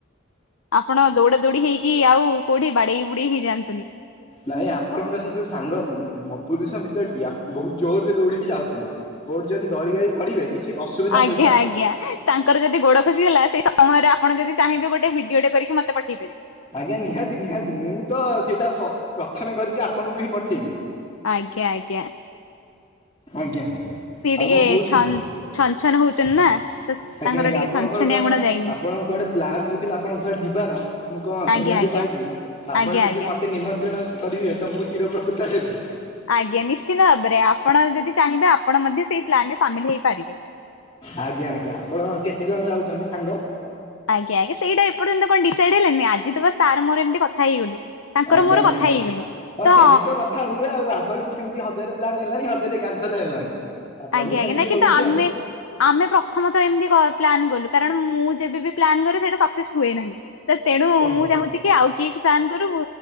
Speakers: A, on the left (about 80°); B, on the left (about 20°).
A: ଆପଣ ଦୌଡ଼ା ଦୌଡ଼ି ହେଇକି, ଆଉ କଉଠି ବାଡ଼େଇ ବୁଡ଼େଇ ହେଇ ଯାଆନ୍ତୁନି।
B: ନାହିଁ, ଆପଣଙ୍କ ସେ ଯଉ ସାଙ୍ଗ ପୁରୁଷ ମିତ୍ର ବହୁତ୍ ଜୋର୍ ରେ ଦୌଡ଼ିକି ଯାଉଛନ୍ତି। କଉଠି ଯଦି ଗଳି ଗାଳି ପଡ଼ିବେ, କିଛି ଅସୁବିଧା
A: ଆଜ୍ଞା
B: ହୋଇପାରେ।
A: ଆଜ୍ଞା ତାଙ୍କର ଯଦି ଗୋଡ଼ ଖସିଗଲା, ସେଇ ସମୟରେ ଆପଣ ଯଦି ଚାହିଁବେ ଗୋଟେ ଭିଡ଼ିଓଟେ କରିକି ମତେ ପଠେଇ ପାରିବେ।
B: ଆଜ୍ଞା ନିହାତି ନିହାତି, ମୁଁ ତ ସେଇଟା ପ୍ରଥମେ କରିକି ଆପଣଙ୍କୁ ହିଁ ପଠେଇବି।
A: <inaudible>
B: ଆଜ୍ଞା,
A: ସିଏ ଟିକେ
B: ଆଉ କ--ଚନ୍ତି?
A: ଛନ୍ ଛନ ଛନ ହଉଛନ୍ତି
B: ଆଜ୍ଞା
A: ନା ତ ତାଙ୍କର
B: ଆଜ୍ଞା,
A: ଟିକେ
B: ଆପଣଙ୍କର
A: ଛନଛନିଆ
B: କ'ଣ
A: ଗୁଣ ଯାଇନି
B: ଆପଣ କୁଆଡ଼େ ପ୍ଲାନ୍‌ ହଉଥିଲା ଆପଣ କୁଆଡ଼େ ଯିବାର? ମୁଁ ଶୁଣିବାକୁ
A: ଆଜ୍ଞା ଆଜ୍ଞା
B: ପାଇଲି, ଆପଣ
A: ଆଜ୍ଞା
B: ଯଦି
A: ଆଜ୍ଞା।
B: ମତେ ନିମନ୍ତ୍ରଣ କରିିବେ। ମୁଁ ଚିର ପ୍ରକୁତ ହେବି।
A: ଆଜ୍ଞା ନିଶ୍ଚିନ୍ତ ଭାବରେ ଆପଣ ଯଦି ଚାହିଁବେ, ଆପଣ ମଧ୍ୟ ସେଇ ପ୍ଲାନ୍‌ ରେ ସାମିଲ୍ ହେଇପାରିବେ।
B: ଆଜ୍ଞା ଆଜ୍ଞା, ଆପଣ କେତେ ଜଣ ଯାଉଚନ୍ତି ସାଙ୍ଗ?
A: ଆଜ୍ଞା----ଇଟା ଏପ----କ'ଣ ଡିସାଇ ହେଲା, ଆଜି ତ ବାସ୍‌ ତା'ର ର ଏମ୍‌ତି କଥା ହେଇଗଲୁ। ତାଙ୍କର
B: ଆଜ୍ଞା
A: ମୋର
B: ଆଜ୍ଞା
A: କଥା ହେଇଗଲୁ
B: ହଁ
A: ତ।
B: ସେମିତି କଥା ହୁଏ ଆଉ, ଆମର ବି ସେମ୍ତି ହଜାରେ ପ୍ଲାନ୍‌ ହେଲାଣି ହଜାରେ କ୍ୟାନ୍‌ସେଲ୍‌ ହେଲାଣି, ଆପଣ
A: ଆଜ୍ଞା
B: ବି
A: ଆଜ୍ଞା
B: ସେମିତି
A: ନାଇଁ କିନ୍ତୁ
B: ହଉଚି
A: ଆମେ
B: ଆଉ।
A: ଆମେ ପ୍ରଥମ ଏମ୍ତି ପ୍ଲାନ୍ କଲୁ। କାରଣ ମୁଁ ଯେବେ ବି ପ୍ଲାନ୍ କରେ ସେଇଟା ସକ୍ସେସ୍ ହୁଏ ନାହିଁ, ତେଣୁ
B: ଓହୋ
A: ମୁଁ ଚାହୁଁଚି କି ଆଉ କିଏ ପ୍ଲାନ୍ କରୁ।